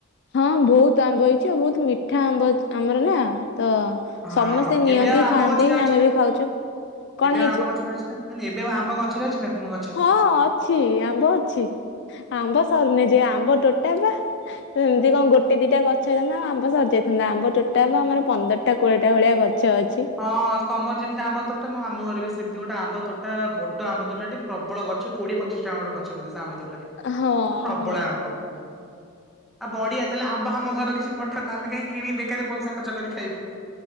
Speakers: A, on the left (about 50°); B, in the centre.
A: ହଁ, ବହୁତ ଆମ୍ବ ହେଇଛି। ଆଉ ବହୁତ ମିଠା ଆମ୍ବ ଆମର ନା, ତ
B: ହଁ,
A: ସମସ୍ତେ ନିଅନ୍ତି
B: ଏବେ ଆଉ ଆମ୍ବ
A: ଖାଆନ୍ତି
B: ଗଛରେ ଅଛି
A: ଆମେ
B: ନା?
A: ବି ଖାଉଛୁ। କଣ
B: ଏବେ
A: ହେଇଛି?
B: ଆଉ ଆମ୍ବ ଗଛରେ ଅଛି ନା? ନା ନା, ଏବେ ଆଉ ଆମ୍ବ ଗଛରେ ଅଛି ନା, ତୁମ ଗ
A: ହଁ, ଅଛି ଆମ୍ବ ଅଛି। ଆମ୍ବ ସରୁନି, ଯେ ଆମ୍ବ ତୋଟା ପା। ସେମିତି କଣ ଗୋଟେ ଦିଟା ଗଛ ହେଇଥାନ୍ତା, ଆଉ ଆମ୍ବ ସରି ଯାଇଥାନ୍ତା, ଆମ୍ବ ଟୋଟାଲ୍ ବା ଆମର ପନ୍ଦର ଟା କୋଡ଼ିଏଟା ଭଳିଆ ଗଛ ଅଛି।
B: ହଁ, ତମର ଯେମିତି ଆମ୍ବ ତୋଟା, ମୁଁ ଆମୁଁ ଘରେ ବି ସେମିତି ଗୋଟେ ଆମ୍ବ ତୋଟା, ବଡ ଆମ୍ବ ତୋଟା ଟି ପ୍ରବଳ ଗଛ। କୋଡିଏ ପଚିଶଟା ଖଣ୍ଡେ ଗଛ ବୋଧେ ସେ ଆମ୍ବ ତୋଟାରେ!
A: ହଁ
B: ଆ ପ୍ରବଳ
A: ହଁ
B: ଆମ୍ବ। ଆ ବଢିଆ ତାହେଲେ, ଆମ୍ବ, ଆମ ଘର କିଛି ପଠାନ୍ତ, ଆମେ କାହିଁ କିଣ ବେକାରେ ପଇସା ଖର୍ଚ୍ଚ କରି ଖାଇବୁ?